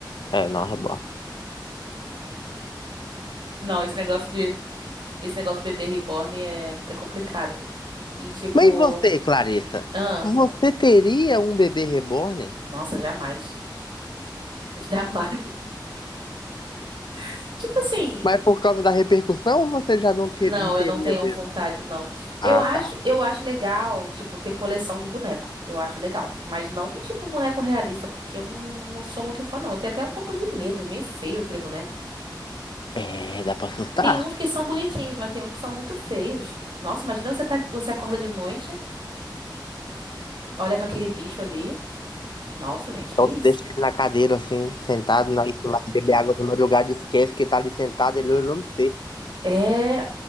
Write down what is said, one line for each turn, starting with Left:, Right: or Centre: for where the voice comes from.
Left: É, não, reborn.
Right: Não, esse negócio de esse negócio de bebê reborn é, é complicado. E tipo,
Left: Mas e você, Clarissa?
Right: ah,
Left: Você teria um bebê reborn?
Right: nossa, jamais. <laughs> Jamais. <laughs> Tipo assim,
Left: Mas por causa da repercussão, ou você já não, que-
Right: não,
Left: não teria
Right: eu não tenho
Left: mesmo?
Right: vontade, não. Eu
Left: Ah,
Right: acho,
Left: tá.
Right: eu acho legal, tipo, ter coleção de boneco. Eu acho legal, mas não tipo boneco realista, porque eu não, não sou muito fã, não. Eu tenho até um pouco de medo, é meio feio aquele boneco.
Left: É, dá pra assustar.
Right: Tem uns que são bonitinhos, mas tem uns que são muito feios. Nossa, imagina você tá, você acorda de noite, olha pra aquele bicho ali. Nossa, gente, que
Left: Então
Right: isso?
Left: você deixa ele na cadeira, assim, sentado, na isso lá, beber água do meu lugar, esquece que ele tá ali sentado, ele olhando pra você.
Right: É,